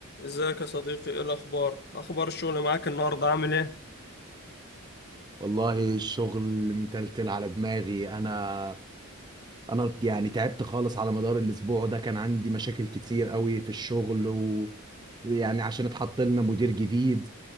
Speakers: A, on the left (about 50°); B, on the right (about 20°).
A: ازيك يا صديقي ايه الاخبار اخبار الشغل معاك النهارده عامل ايه
B: والله الشغل متلتل على دماغي انا انا يعني تعبت خالص على مدار الاسبوع ده كان عندي مشاكل كتير قوي في الشغل و... ويعني عشان اتحط لنا مدير جديد